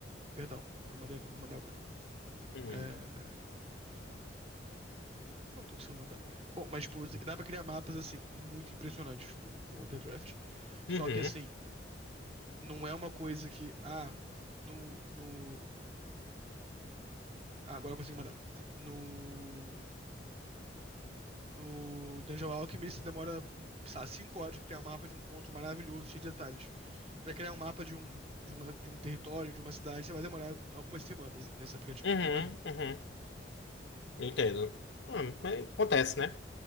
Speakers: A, on the right (about 35°); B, on the left (about 85°).
A: Perdão, eu mandei não, vou mandar agora.
B: Hum.
A: É, Eu Não tô conseguindo mandar. Bom, mas, tipo, você- dá pra criar mapas, assim, muito impressionantes no, no Underdraft. Só
B: Uhum.
A: que, assim, não é uma coisa que, ah, no, no... Ah, agora eu consigo mandar. No... No Dungeon Alchemy, você demora, sei lá, 5 horas pra criar um mapa de um encontro maravilhoso, cheio de detalhes. Pra criar um mapa de um, de uma, de um território, de uma cidade, você vai demorar algumas semanas nesse aplicativo,
B: Uhum.
A: entendeu?
B: Uhum. Entendo. Hum, mas acontece, né?